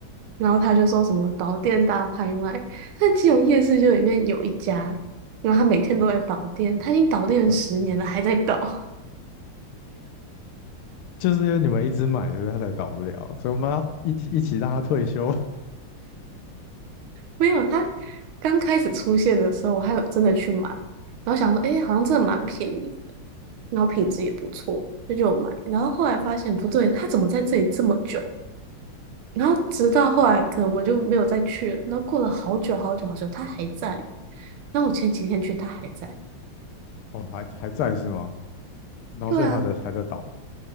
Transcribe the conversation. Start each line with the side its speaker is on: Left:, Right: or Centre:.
Right: 然后他就说什么导电大拍卖，但基隆夜市就里面有一家，然后他每天都在导电，他已经导电了十年了，
Left: <laughs> 啊，嗯
Right: 还在导。<laughs>
Left: 就是因为你们一直买，所以它才倒不了，所以我们要一起一起让它退休。<laughs>
Right: 没有，他刚开始出现的时候，我还有真的去买，然后想说，诶，好像真的蛮便宜的，然后品质也不错，那就有买。然后后来发现不对，他怎么在这里这么久？然后直到后来，可能我就没有再去了。然后过了好久好久好久，它还在。那我前几天去，它还在。
Left: 哦，还还在是吗？然后所以它在还在倒，
Right: 对啊，